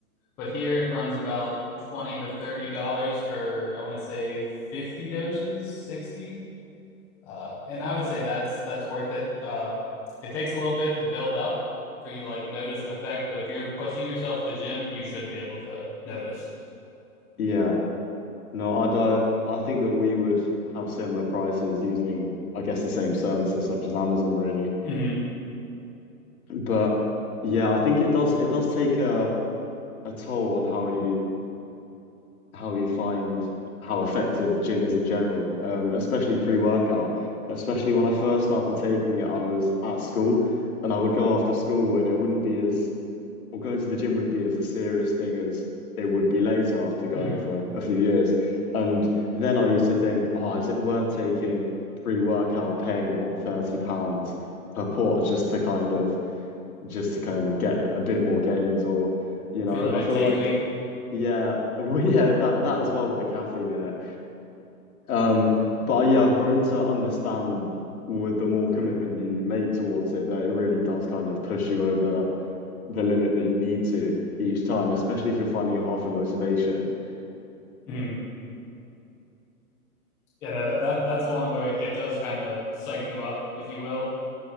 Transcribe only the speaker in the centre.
but here it runs about twenty to thirty dollars for I want to say fifty doses, sixty. Uh, and I would say that's that's worth it. Uh, it takes a little bit to build up for you to like notice an effect, but if you're pushing yourself at the gym, you should be able to notice.
Mm-hmm.
Mm-hmm.
Feel a bit
tingly.
Mm-hmm. You know that, that that's one where it does kind of psych you up, if you will.